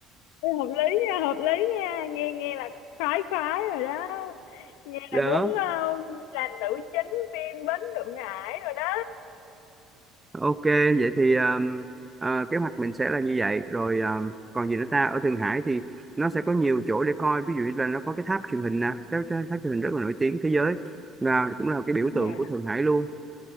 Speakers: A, on the left; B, on the right.
A: Ê, hợp lý nha hợp lý nha nghe nghe là khoái khoái rồi đó nghe
B: đó
A: là muốn ờ, làm nữ chính phim Bến Thượng Hải rồi đó
B: Ok, vậy thì um, à, kế hoạch mình sẽ là như vậy. Rồi um, còn gì nữa ta? Ở Thượng Hải thì nó sẽ có nhiều chỗ để coi. Ví dụ như là nó có cái tháp truyền hình nè, tháp, tháp tháp truyền hình rất là nổi tiếng thế giới. Là cũng là cái biểu
A: dạ
B: tượng của Thượng Hải luôn.